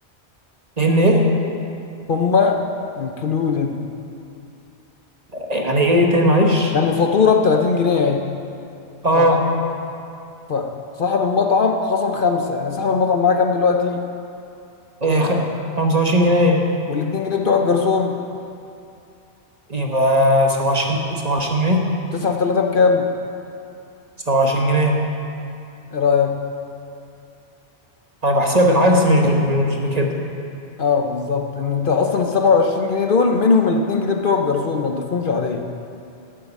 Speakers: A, on the right; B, on the left.
A: لأن إيه
B: هم انكلودد
A: يعني إيه تاني معلش
B: يعني الفاتوره ب 30 جنيه اهي
A: أه
B: تمام فصاحب المطعم خصم خمسه يعني صاحب المطعم معاه كام دلوقتي
A: إيه خ... 25 جنيه
B: وال 2 جنيه بتوع الجرسون
A: يبقى 27 27 جنيه
B: 9 في 3 بكام؟
A: 27 جنيه
B: ايه رايك؟
A: أنا بحسبها بالعكس مش بال... مش بكده
B: اه بالظبط ان انت اصلا ال 27 جنيه دول منهم ال 2 جنيه بتوع الجرسون ما تضيفهمش عليه